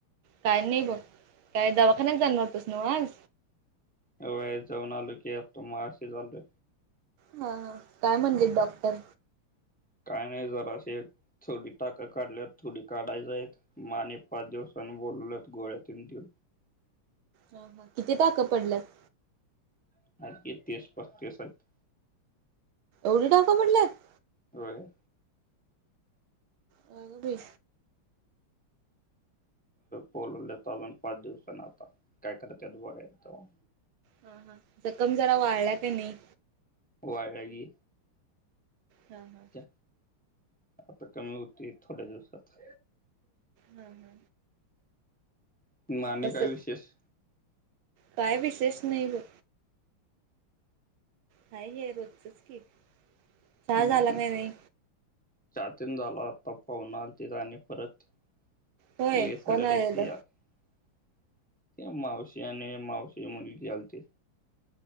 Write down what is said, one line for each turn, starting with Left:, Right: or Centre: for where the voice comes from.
Right: काय नाही बघ काय दवाखान्यात जाणार होतास न्हव आज.
Centre: होय जावून आलो की आता मगाशीच आलोय..
Right: हा हा काय म्हणलेत डॉक्टर?.
Centre: काय नाही जरा असशी थोडी टाकं काढल्यात थोडी काढायच आहेत.. म आणि पाच दिवसाांनी बोलवलेत गोळ्या तीन दिव
Right: हा हा किती टाक पडल्यात?
Centre: <unintelligible>
Right: एवढी टाक पडल्यात
Centre: होय.
Right: अगं बाई
Centre: बोलवलेत अजून पाच दिवसान आता काय करत्यात बघायच तव्हा
Right: हा हा जखम जरा वाळला की नाही
Centre: वाळलीया की
Right: हा हा.
Centre: त्या, आता कमी होती थोड्या दिवसात
Right: हा हा
Centre: मग आणि
Right: कस
Centre: काय विशेष
Right: काय विशेष नाही बग हाय हे रोजचंच की चहा
Centre: हम्म
Right: झाला
Centre: ह
Right: काय नाही
Centre: चहा तेन झाला आता पाहुन आलतीत आणि परत <unintelligible>
Right: होय कोण आलेलं
Centre: ते मावशी आणि मावशीची मुलगी आलती.